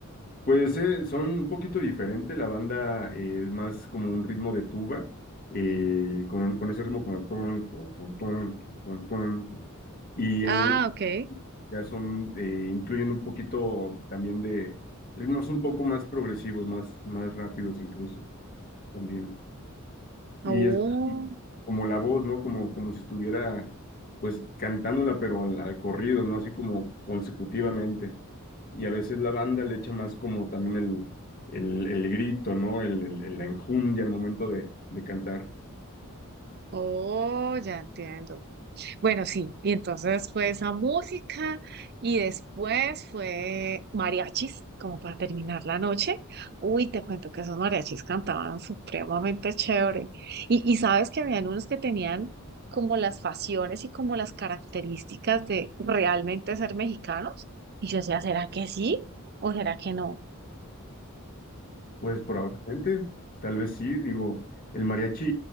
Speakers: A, on the left; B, on the right.
A: pues eh, son un poquito diferente. La banda eh, es más como un ritmo de tuba, eh, con, con ese ritmo como el ton, ton, ton, ton, ton, ton, ton. Y
B: Ah,
A: él
B: ok.
A: ya son, eh, incluyen un poquito también de ritmos un poco más progresivos, más, más rápidos incluso también. Y
B: Oh,
A: es y como la voz, ¿no? Como, como si estuviera, pues, cantándola, pero al, al corrido, ¿no? Así como consecutivamente. Y a veces la banda le echa más como también el, el, el grito, ¿no? El, el, el- la enjundia al momento de, de cantar.
B: oh, ya entiendo. Bueno, sí, y entonces fue esa música y después fue mariachis, como para terminar la noche. Uy, te cuento que esos mariachis cantaban supremamente chévere. Y, y sabes que habían unos que tenían como las facciones y como las características de realmente ser mexicanos. Y yo decía, ¿será que sí o será que no?
A: Pues probablemente, tal vez sí, digo, el mariachi